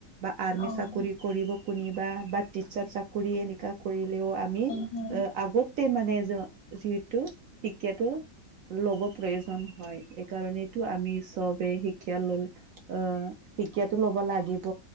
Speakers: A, on the right; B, on the left.
A: বা আৰ্মি
B: অ', অ',
A: চাকৰি কৰিব কনিবা বা টিচাৰ চাকৰি এ শিক্ষা কৰিলেও আমি
B: হয়,
A: আগতে মানে যিহেতু শিক্ষাটো লব প্ৰয়োজন হয় এইকাৰণেতটো আমি চবে শিক্ষা ললো আহ শিক্ষাটো ল'ব লাগিব